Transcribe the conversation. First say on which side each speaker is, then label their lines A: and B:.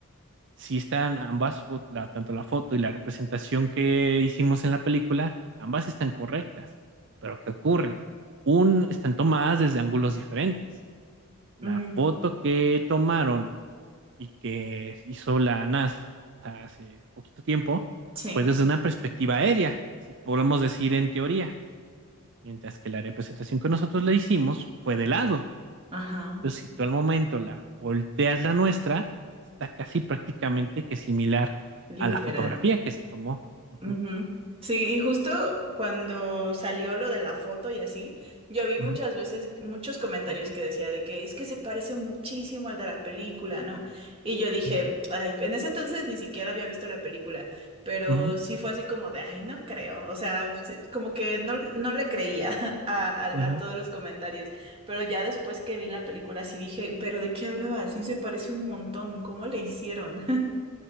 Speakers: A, on the right (about 55°); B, on the right (about 25°).
A: si están ambas, fo- la, tanto la foto y la representación que hicimos en la película, ambas están correctas, pero ¿qué ocurre? Un, están tomadas desde ángulos diferentes. La
B: Mm,
A: foto que tomaron y que hizo la NASA hace poquito tiempo
B: sí,
A: fue desde una perspectiva aérea, si podemos decir en teoría, mientras que la representación que nosotros le hicimos fue de lado.
B: ajá,
A: Entonces, si tú al momento la volteas la nuestra, está casi prácticamente que similar
B: literal.
A: a la fotografía que se tomó. Ujú,
B: Ujú. Sí, y justo cuando salió lo de la foto y así, yo vi
A: ujú,
B: muchas veces muchos comentarios que decía de que es que se parece muchísimo al de la película, ¿no? Y yo dije,
A: ujú,
B: ay, en ese entonces ni siquiera había visto la película, pero
A: ujú,
B: sí fue así como de, ay, no creo, o sea, sí, como que no, no le creía <laughs> a, a,
A: ujú.
B: a todos los comentarios, pero ya después que vi la película sí dije, pero ¿de qué hablaba? Sí se parece un montón, ¿cómo le hicieron?